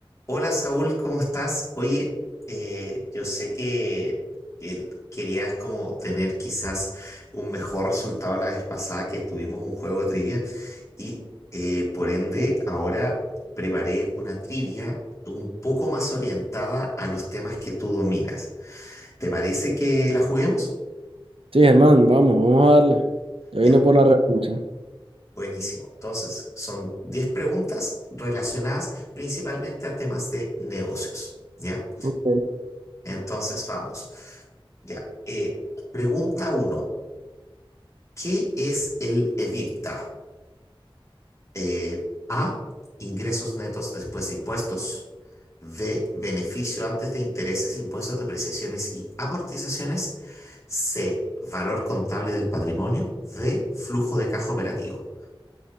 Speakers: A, on the left (about 30°); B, on the right (about 75°).
A: Hola Saúl, ¿cómo estás? Oye, eh, yo sé que el- querías como tener quizás un mejor resultado la vez pasada que tuvimos un juego de trivia y eh, por ende ahora preparé una trivia un poco más orientada a los temas que tú dominas. ¿Te parece que la juguemos?
B: Sí, Germán, vamos, vamos a darle. Yo
A: Ya,
B: vine por la revancha.
A: buenísimo. Entonces, son 10 preguntas relacionadas principalmente a temas de negocios, ¿ya?
B: Ok.
A: Entonces, vamos. Ya. Eh, pregunta uno. ¿Qué es el EBITDA? Eh, A. Ingresos netos después de impuestos. B. Beneficio antes de intereses, impuestos, depreciaciones y amortizaciones. C. Valor contable del patrimonio. D. Flujo de caja operativo.